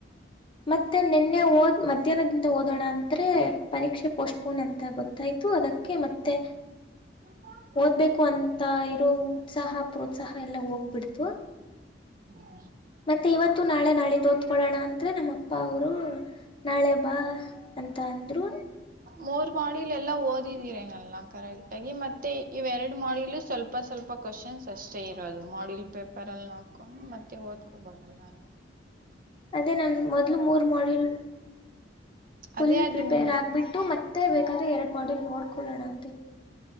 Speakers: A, on the left (about 30°); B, on the right (about 50°).
A: ಮತ್ತೆ ನಿನ್ನೆ ಓದ್ ಮಧ್ಯಾಹ್ನದಿಂದ ಓದೋಣ ಅಂತ ಅಂದರೆ ಪರೀಕ್ಷೆ ಪೋಸ್ಟ್ ಪೋನ್ ಅಂತ ಗೊತ್ತಾಯ್ತು ಅದಕ್ಕೆ ಮತ್ತೆ
B: ಹಕ <unintelligible>
A: ಓದ್ಬೇಕು ಅಂತ ಇರೋ ಉತ್ಸಾಹ ಪ್ರೋತ್ಸಾಹ ಎಲ್ಲ ಹೋಗ್ಬಿಡ್ತು
B: ಹಾ
A: ಮತ್ತೆ ಇವತ್ತು ನಾಳೆ ನಾಡಿದು ಓದಕೊಳ್ಳೋಣ ಅಂದ್ರೆ ನಮ್ಮ ಅಪ್ಪ ಅವರು ನಾಳೆ ಬಾ ಅಂತ ಅಂದ್ರು
B: ಮೂರ್ ಮಾಡಿಲ್ ಎಲ್ಲ ಓದಿದೀರೇನಲ್ಲ ಕರೆಕ್ಟ್ ಆಗಿ ಮತ್ತೆ ಇವೆರಡು ಮಾಡಿಲು ಸ್ವಲ್ಪ ಸ್ವಲ್ಪ ಸ್ವಲ್ಪ ಕ್ವಶನ್ಸ್ ಅಷ್ಟೇ ಇರೋದು ಮಾಡಿಲ್ ಪೇಪರ್ ಅಲ್ಲಿ ನೋಡ್ಕೊಂಡು ಮತ್ತೆ ಓದ್ಕೋಬಹುದು
A: ಹ
B: ಅಲ್ಲ
A: <inaudible> ಅದೇ ನಾನ ಮೊದ್ಲು ಮೂರು ಮಾಡಲ್ ಫುಲ್
B: ಅದೇ ಅದು
A: ಪ್ರಿಪೇರ್
B: ನೀವು
A: ಆಗ್ಬಿಟ್ಟು ಮತ್ತೆ ಬೇಕಾದರೆೆ ಎರಡು ಮಾಡಲ್ ನೋಡ್ಕೊಳ್ಳೋಣ ಅಂತ